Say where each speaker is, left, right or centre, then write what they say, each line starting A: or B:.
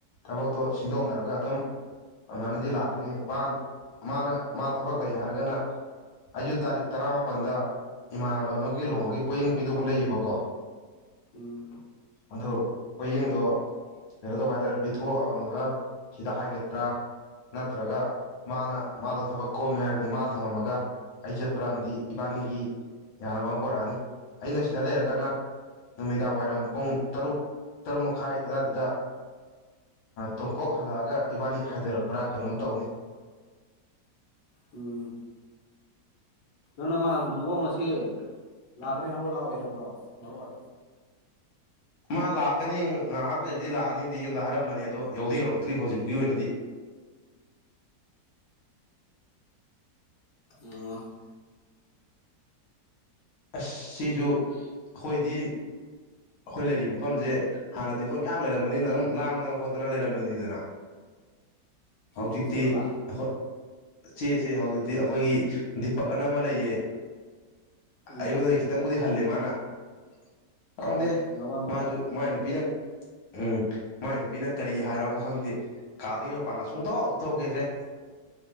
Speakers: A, on the left; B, on the left.
A: ꯊꯕꯛꯇꯣ ꯁꯤꯟꯗꯣꯛꯅꯔꯒ ꯑꯗꯨꯝ ꯑꯗꯨꯃꯥꯏꯅꯗꯤ ꯂꯥꯛꯀꯅꯤ ꯃꯥ ꯃꯥꯅ ꯃꯥ ꯊꯕꯛ ꯂꯩ ꯍꯥꯏꯔꯒꯅ ꯑꯩꯌꯨ ꯇꯥꯔꯤꯛ ꯇꯔꯥ ꯃꯥꯄꯜꯗ ꯏꯃꯥꯟꯅꯕ ꯑꯃꯒꯤ ꯂꯨꯍꯣꯡꯕꯒꯤ ꯄꯣꯌꯦꯡ ꯄꯤꯗꯧꯕ ꯂꯩꯌꯦꯕꯀꯣ
B: ꯎꯝ
A: ꯑꯗꯨ ꯄꯣꯌꯦꯡꯗꯣ ꯀꯩꯅꯣ ꯇꯧꯕ ꯍꯥꯏꯇꯥꯔꯦ ꯄꯤꯊꯣꯛꯑꯃꯒ ꯁꯤꯗ ꯍꯥꯏꯒꯠꯄ꯭ꯔꯥ ꯅꯠꯇ꯭ꯔꯒ ꯃꯥꯅ ꯃꯥꯗꯣ ꯊꯕꯛ ꯀꯣꯝꯃꯦ ꯍꯥꯏꯔꯒꯗꯤ ꯃꯥ ꯊꯝꯃꯝꯃꯒ ꯑꯩ ꯆꯠꯄꯝꯗꯤ ꯏꯕꯥꯅꯤꯒꯤ ꯌꯥꯅꯕ ꯄꯣꯔꯛꯑꯅꯤ ꯑꯩꯅ ꯁꯤꯗ ꯂꯩꯔꯒꯅ ꯅꯨꯃꯤꯗꯥꯡ ꯋꯥꯏꯔꯝ ꯄꯨꯡ ꯇꯔꯨꯛ ꯇꯔꯨꯛ ꯃꯈꯥꯏ ꯑꯗꯨꯋꯥꯏꯗꯨꯗ ꯇꯣꯝꯄꯣꯛ ꯍꯜꯂꯛꯑꯒ ꯏꯕꯥꯅꯤ ꯍꯥꯏꯊꯔꯛꯄ꯭ꯔꯥ ꯀꯩꯅꯣꯝ ꯇꯧꯅꯤ
B: ꯎꯝ ꯅꯅ ꯃꯥꯅ ꯑꯗꯨꯗꯨꯐ ꯉꯁꯤ ꯂꯥꯛꯀ꯭ꯔꯦ ꯍꯥꯏꯕ꯭ꯔꯣ ꯂꯥꯛꯑꯣꯏ ꯍꯥꯏꯕ꯭ꯔꯣ ꯃꯔꯣꯟ
A: ꯃꯥ ꯂꯥꯛꯀꯅꯤ ꯉꯥꯏꯍꯥꯛ ꯂꯩꯔꯗꯤ ꯂꯥꯛꯑꯅꯤꯗꯤ ꯑꯩꯉꯣꯟꯗ ꯍꯥꯏꯔꯝꯕꯅꯦ ꯑꯗꯣ ꯌꯧꯗꯤ ꯌꯧꯔꯛꯇ꯭ꯔꯤ ꯍꯧꯖꯤꯛꯄꯥꯎꯒꯤ ꯑꯣꯏꯅꯗꯤ
B: ꯑꯣ
A: ꯑꯁ ꯁꯤꯁꯨ ꯑꯩꯈꯣꯏꯗꯤ ꯑꯩꯈꯣꯏ ꯂꯩꯔꯤꯕ ꯃꯐꯝꯁꯦ ꯍꯥꯟꯅꯗꯤ ꯑꯩꯈꯣꯏ ꯃꯌꯥꯝ ꯂꯩꯔꯝꯕꯅꯤꯅ ꯑꯗꯨꯝ ꯂꯥꯡꯗꯅ ꯈꯣꯠꯇꯅ ꯂꯩꯔꯝꯕꯅꯤꯗꯅ ꯍꯧꯖꯤꯛꯇꯤ
B: ꯏꯆꯤꯛ ꯆꯤꯛꯑꯕ
A: ꯑꯈꯣꯏ ꯆꯤꯛꯑꯦ ꯆꯤꯛꯑꯦ ꯍꯧꯖꯤꯛꯇꯤ ꯑꯈꯣꯏꯒꯤ ꯗꯤꯄꯛ ꯑꯅ ꯑꯃ ꯂꯩꯌꯦ
B: ꯎꯝ
A: ꯑꯩꯉꯣꯟꯗꯒꯤ ꯈꯤꯇꯪꯕꯨꯗꯤ ꯍꯜꯂꯤꯃꯥ <unintelligible> ꯈꯪꯗꯦ
B: ꯎꯝ ꯂꯋꯥꯏ ꯃꯆꯥꯗꯣ
A: ꯃꯥꯁꯨ ꯃꯥꯏ ꯅꯨꯄꯤꯅ ꯎꯝ ꯃꯥꯏ ꯅꯨꯄꯤꯅ ꯀꯔꯤ ꯀꯔꯤ ꯍꯥꯏꯔꯕꯣ ꯈꯪꯗꯦ ꯀꯥꯗꯩ ꯃꯄꯥꯟꯒ ꯁꯨꯡꯊꯣꯛ ꯊꯣꯛꯈꯤꯗ꯭ꯔꯦ